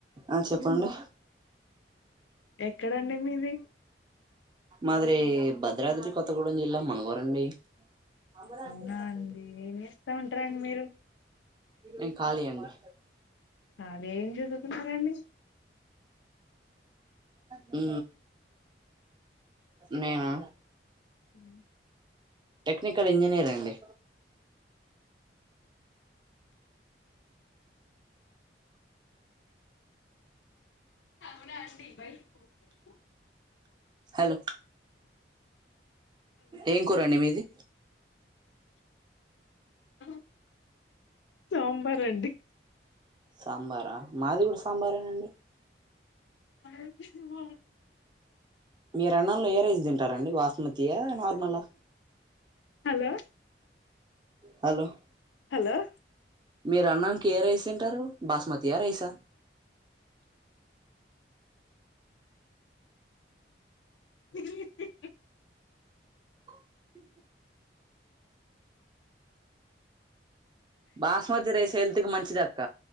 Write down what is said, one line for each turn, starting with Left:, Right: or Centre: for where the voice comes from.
Right: ఆ చెప్పండి
Left: ఎక్కడండి మీది
Right: మాదిరి భద్రాద్రి కొత్తగూడెం జిల్లా మనుగోరండి ఆంధ్రాంత
Left: అవునా
Right: చెప్
Left: అండి ఏం చేస్తావుంట్రాండి మీరు
Right: నే ఖాళీయే అండి
Left: మారెం చధువ్తు తున్నారండి
Right: హు మేమా
Left: హు
Right: టెక్నికల్ ఇంజనీరండి
Left: ఇందా రండి బయిటికి పోకూడదు
Right: హలో ఏం కూరండి మీది
Left: అ సాంబార్ అండి
Right: సాంబారా మాది కూడా సాంబారేనాండి
Left: అ మ
Right: మీరు ఎన్నల్లో ఏ రైస్ తింటారండి బాస్మతియా నార్మలా
Left: హలో
Right: హలో
Left: హలో
Right: మీరు అన్నానికి ఏ రైస్ తింటారు బాస్మతి ఏ రైస్
Left: ఆ
Right: అ బాస్మతి రైస్ హెల్త్ కి మంచిది అక్క